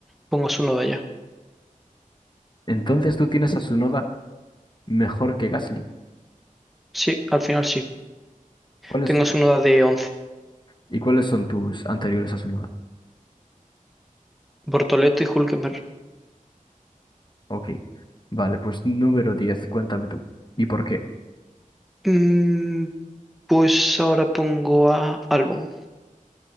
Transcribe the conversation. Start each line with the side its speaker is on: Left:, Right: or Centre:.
Centre: Pongo a Tsunoda ya.
Left: Entonces tú tienes a Tsunoda mejor que Gasly.
Centre: Sí, al final sí.
Left: ¿Cuáles,
Centre: Tengo su uno de once
Left: y cuáles son tus anteriores a Tsunoda?
Centre: Bortoleto y Hulkenberg.
Left: Ok. Vale, pues número diez cuéntame tú. ¿Y por qué?
Centre: Mm, pues ahora pongo a Albon.